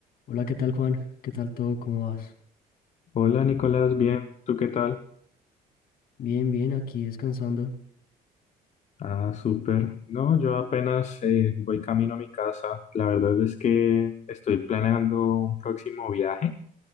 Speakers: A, on the left (about 60°); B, on the left (about 45°).
A: Hola, ¿qué tal Juan? ¿Qué tal todo? ¿Cómo vas?
B: Hola Nicolás, bien, ¿tú qué tal?
A: Bien, bien, aquí descansando.
B: Ah, súper. No, yo apenas eh, voy camino a mi casa. La verdad es que estoy planeando un próximo viaje.